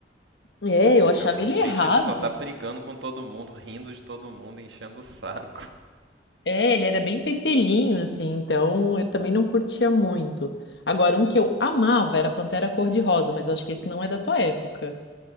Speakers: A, on the left; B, on the right.
A: É,
B: Eu ficava,
A: eu achava ele
B: gente,
A: errado.
B: ele só tá brigando com todo mundo, rindo de todo mundo, enchendo o saco.
A: É, ele era bem pentelhinho, assim, então eu também não curtia muito. Agora, um que eu amava era Pantera Cor-de-Rosa, mas eu acho que esse não é da tua época.